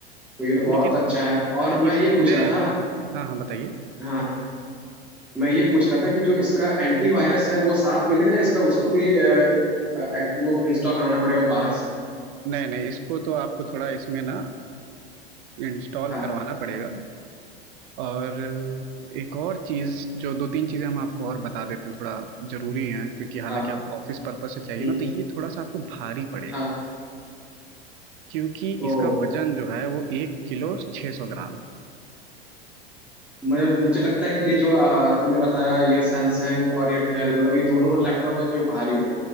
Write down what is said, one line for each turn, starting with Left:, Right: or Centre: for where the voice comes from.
Centre: तो ये तो बहुत
Right: लेकिन
Centre: अच्छा है और
Right: इसमें
Centre: मैं ये पूछ रहा था
Right: हाँ हाँ बताइए
Centre: हाँ मैं ये पूछ रहा था कि जो इसका एंटीवायरस है वो साथ मिलेगा या इसका उसको भी अ, अ, वो इंस्टॉल कराना पड़ेगा बाहर से
Right: नहीं नहीं इसको तो आपको थोड़ा इसमें ना इंस्टॉल
Centre: हाँ
Right: करवाना पड़ेगा और एक और चीज़ जो दो तीन चीज़ें हम आपको और बता देते हैं थोड़ा ज़रूरी है क्योंकि हालांकि
Centre: हाँ
Right: आपको ऑफिस पर्पस से चाहिए
Centre: हम्म,
Right: ना तो ये थोड़ा सा आपको भारी पड़ेगा
Centre: हाँ
Right: क्योंकि
Centre: ओ
Right: इसका वजन जो है वो एक किलो छः सौ ग्राम है
Centre: मैं मुझे लगता है कि ये जो आ, तुमने बताया ये सैमसंग और ये डेल मतलब ये दोनों लैपटॉप है जो भारी हैं